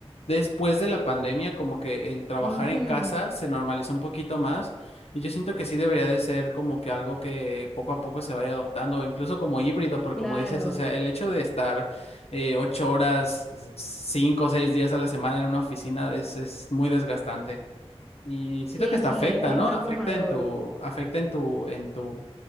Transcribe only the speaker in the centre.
Ujú,
claro,
sí,
sí,
es, es
abrumador,